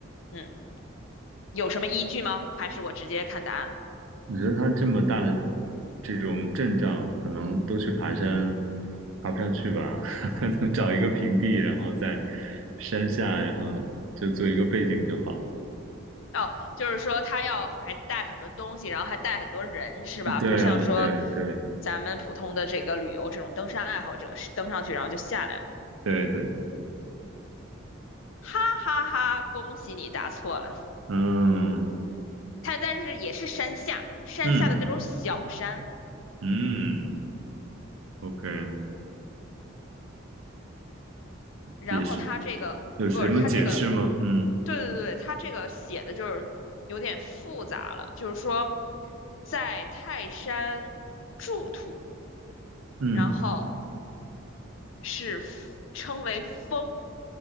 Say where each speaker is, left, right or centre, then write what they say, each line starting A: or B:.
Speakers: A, on the left (about 70°); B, on the right (about 75°).
A: 嗯，有什么依据吗？还是我直接看答案？
B: 我觉得它这么大的这种阵仗，可能都去爬山，爬不上去吧？<laughs> 可能找一个平地，然后在山下，然后就做一个背景就好了。
A: 哦，就是说他要还带很多东西，然后还带很多人，是吧？
B: 对啊，
A: 不像说
B: 对对
A: 咱们普通的这个旅游这种登山爱好者，登上去然后就下来了。
B: 对对对，
A: 哈哈哈，恭喜你答错了。
B: 嗯
A: 他但是也是山下，山下的那种小山，
B: 嗯嗯，OK，
A: 然后他这个不是他这个，
B: 也是，有什么解释吗？嗯
A: 对对对，他这个写的就是有点复杂了，就是说在泰山筑土，
B: 嗯
A: 然后是 f- 称为峰，